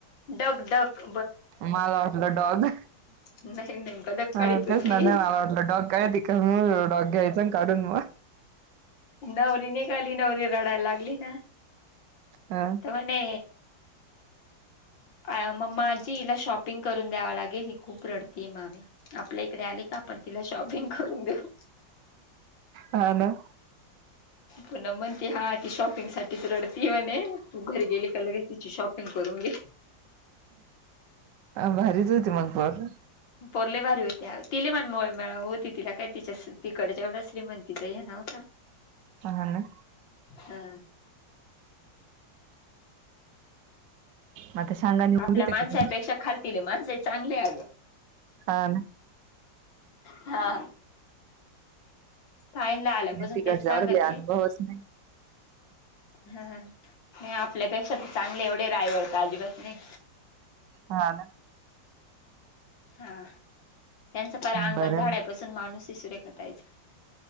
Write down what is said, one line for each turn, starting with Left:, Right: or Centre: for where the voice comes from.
Left: डक डक
Right: मला वाटलं डॉग,
Left: नाही नाही बदक काढीत
Right: हा
Left: होती
Right: तेच ना नाही मला वाटलं डॉग काढ ती का मग डॉग घ्यायचा अन काढून मग.
Left: नवरीने गाली नवरी रडायला लागली ना,
Right: ह
Left: तर म्हणे अ मम्मा आ जीला शॉपिंग करून द्यावा लागेल, ही खूप रडतेय मामी. आपल्या इकडे आले का आपण तिला शॉपिंग करून देऊ.
Right: हा ना.
Left: पुन्हा म्हणते, हा ती शॉपिंग साठीच रडती म्हणे, तू घरी गेली का लगेच तिची शॉपिंग कर. रून घे.
Right: अ भारीच होती मग पोर.
Left: पोर लय भारी होती आओ, ती लय मन मे मिळाऊ होती, तिला काय तिच्या स तिकडचं एवढं श्रीमंतीचं हे नव्हतं.
Right: हा ना.
Left: हा.
Right: मग आता सांगाने
Left: आपल्या
Right: उडीत आहे
Left: माणसापेक्षा
Right: का तुम्ही
Left: खालतील माणसा ही चांगली आहे अगं.
Right: हा ना.
Left: हा. ताईंला आल्यापासून
Right: नाही तिकडच्यावर
Left: तेच सांगते.
Right: लय अनुभवच नाही
Left: नाही आपल्यापेक्षा तर चांगले, एवढे रायवळ तर अजिबात नाही.
Right: हा ना.
Left: हा, त्यांचं पार अंगण
Right: बर
Left: झाडायपासुन हाय माणूस सुरेखातायचं.